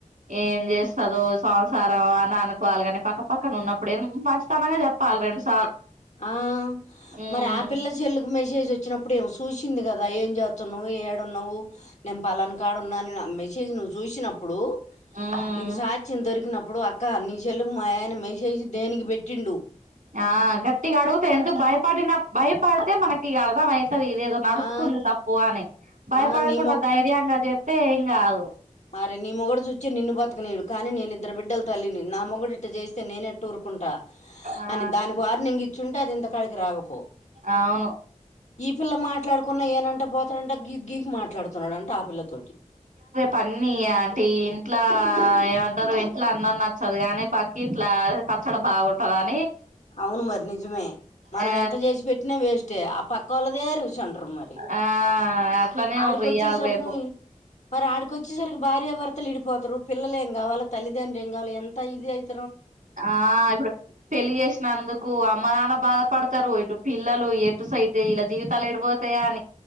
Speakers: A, on the right (about 85°); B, on the left (about 65°).
A: ఏం చేస్తదో సంసారం అని అనుకోవాలి కాని పక్కపక్కన ఉన్నప్పుడు ఎందుకు మంచితనంగా చెప్పాలి రెండుసార్లు
B: ఆ
A: ఉమ్
B: మరి ఆ పిల్ల సెల్లుకు మెసేజ్ వచ్చినప్పుడు ఇప్పుడుేం చూసింది కదా ఏం చేస్తున్నావు ఏడు ఉన్నావు నేను పాలనా కాడు ఉన్నాని మెసేజ్ నువ్వు చూసినప్పుడు
A: ఉమ్
B: నీకు సాక్ష్యం దొరికినప్పుడు అక్క నీ సెల్లుకు మా ఆయన మెసేజ్ దేనికి పెట్టిండు
A: ఆ గట్టిగా అడుగుతే ఎందుకు భయపడిన భయపడితే మనకి అర్ధం అయి ఇదేదో నడుస్తుంది
B: ఆ
A: తప్పు అని భయపడకుండా
B: ఆ నీ
A: ధైర్యంగా చెప్తే ఏం కాదు
B: మరే నీ మొగడు చూచ్చిే నిన్ను బతకనిడు కానీ నేను ఇద్ద్ర బిడ్డల తల్లి నా మొ్డు చేస్తే నేనేూఊరుకుంటా
A: ఆ
B: అని దానికి వార్నింగ్ ఇచ్చిుంటే అది ఇంత కాడికి రాకపో
A: అవును
B: ఈ పిల్ల మాట్లాడుకున్నా ఏనంటే పోతాడంటే గీ గీగి మాట్లాడుతున్నాడుంటే ఆ పిల్లతోటి
A: పన్న ఆంటీ ఇంట్లో ఏమంటారు ఇంట్లో అన్నం నచ్చదు కానీ పక్కింట్ల పచ్చడి బావుంటది అ
B: అవును మరి నిజమే మనం
A: ఆ
B: ఎంత చేసి పెట్టినా వేస్టే ఆ పక్క వాళ్లదే రుచి అంటారు మరి
A: ఆ అట్లనే
B: ఆడికి
A: ఉండ్రి
B: వచ్చేసరికి
A: ఇయ్యాల రేపు
B: మరి ఆడికొచ్చి వచ్చేసరికి భార్యాభర్తలు విడిపోతారు పిల్లలు ఏ కావాలిల్లిదండ్ర ఏం కావాలి ఎంత ఇది అతే
A: ఆ ఇప్పుడు పెళ్లిి చేసినందుకు అమ్మ నాన్న బాధ పడతారు ఇటు పిల్లలు ఎటు సైతే ఇలా జీవితాలు ఎటుపోతాయో